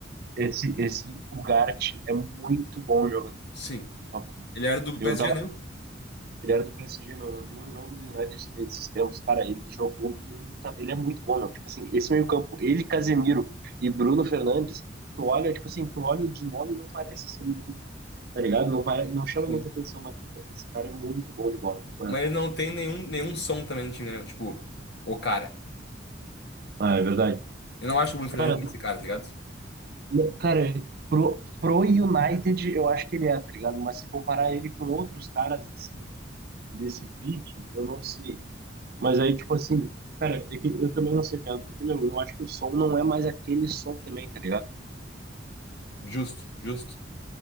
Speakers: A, on the right; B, on the left.
A: esse, esse Ugarte é muito bom jogador.
B: Sim.
A: tá bom?
B: Ele era do
A: Eu
B: PSG,
A: tava.
B: não?
A: Ele era do PSG, meu. Eu vi um jogo do United esses esses tempos, cara. Ele jogou muito. Ele é muito bom, meu. Tipo assim, esse meio-campo, ele, Casemiro e Bruno Fernandes, tu olha, tipo assim, tu olha de nome e não parece ser muito, tá ligado? Não, pare, não chama
B: Sim.
A: muita atenção, mas pô, esse cara é muito bom de bola. não
B: Mas
A: é?
B: não tem nenhum, nenhum som também no time, né? Tipo, o cara.
A: Ah, é verdade.
B: Eu não acho que o Bruno Fernandes
A: Cara,
B: é esse cara, tá ligado?
A: Não, Cara, pro, pro United, eu acho que ele é, tá ligado? Mas se comparar ele com outros caras desse, desse pique, eu não sei. Mas aí, tipo assim, cara, é que eu também não sei, cara, porque, meu, eu acho que o som não é mais aquele som também, tá ligado?
B: Justo, justo.